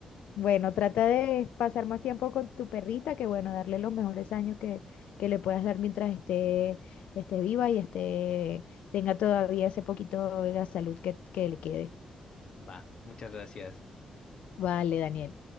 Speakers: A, on the left; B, on the left.
A: Bueno, trata de pasar más tiempo con tu perrita, que bueno, darle los mejores años que, que le puedas dar mientras esté, esté viva y esté, tenga todavía ese poquito la salud que, que le quede.
B: Va, muchas gracias.
A: Vale, Daniel.